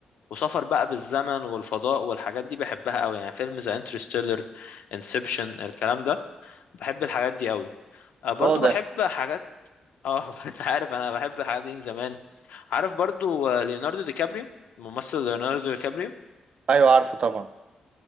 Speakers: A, on the left; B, on the right.
A: وسفر بقى بالزمن والفضاء والحاجات دي بحبها قوي يعني فيلم زي انترستيلر انسبشن الكلام ده بحب الحاجات دي قوي آه، برضو
B: واضح
A: بحب حاجات اه <laughs> انت عارف انا بحب الحاجات دي من زمان عارف برضو آه، ليوناردو دي كابريو الممثل ليوناردو دي كابريو
B: ايوه عارفه طبعا